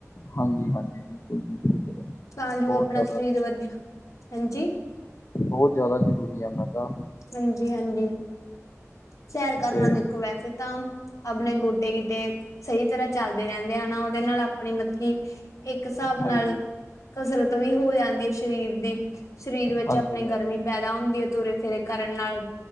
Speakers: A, on the left; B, on the left.
A: ਹਾਂਜੀ ਹਾਂਜੀ ਬਿਲਕੁਲ, ਜੀ ਬਿਲਕੁਲ।
B: ਤਾਂ ਜੋ,
A: ਬਹੁਤ
B: ਆਪਣਾ
A: ਜ਼ਿਆਦਾ
B: ਸਰੀਰ ਵਧੀਆ, ਹਾਂਜੀ
A: ਬਹੁਤ ਜ਼ਿਆਦਾ, ਜ਼ਰੂਰੀ ਹੈ ਮੈਂ ਕਿਹਾ?
B: ਹਾਂਜੀ ਹਾਂਜੀ ਸੈਰ ਕਰਨਾ
A: ਤੇ
B: ਦੇਖੋ ਵੈਸੇ ਤਾਂ ਆਪਣੇ ਗੋਟੇ ਗਿੱਟੇ, ਸਹੀ ਤਰ੍ਹਾਂ ਚੱਲਦੇ ਰਹਿੰਦੇ ਹੈ ਨਾ, ਨਾ ਉਹਦੇ ਨਾਲ ਮਤਲਬ ਕੀ ਇੱਕ ਹਿਸਾਬ
A: ਹਾਂਜੀ,
B: ਨਾਲ, ਕਸਰਤ ਵੀ ਹੋ ਜਾਂਦੀ, ਹੈ ਸਰੀਰ ਸਾਡੇ ਸਰੀਰ ਵਿੱਚ,
A: ਹਾਂਜੀ,
B: ਆਪਣੀ
A: ਹਾਂਜੀ,
B: ਗਰਮੀ ਪੈਦਾ ਹੁੰਦੀ ਹੈ, ਤੁਰੇ ਫਿਰੇ ਕਰਨ ਨਾਲ